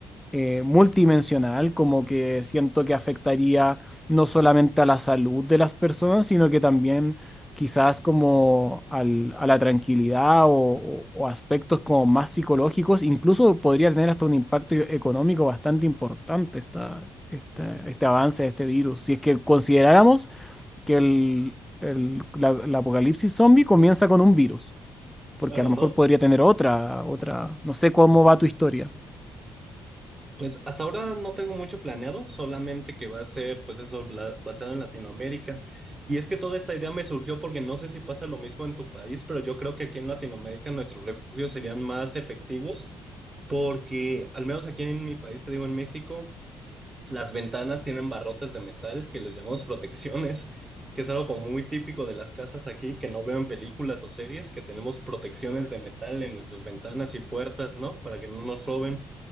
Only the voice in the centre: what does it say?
eh, multidimensional, como que siento que afectaría no solamente a la salud de las personas, sino que también quizás como al- a la tranquilidad o, o- o aspectos como más psicológicos, incluso podría tener hasta un impacto e- económico bastante importante esta, esta- este avance de este virus, si es que consideráramos que el, el- la, la apocalipsis zombie comienza con un virus, porque
a lo
mejor podría tener otra, otra, no sé cómo va tu historia.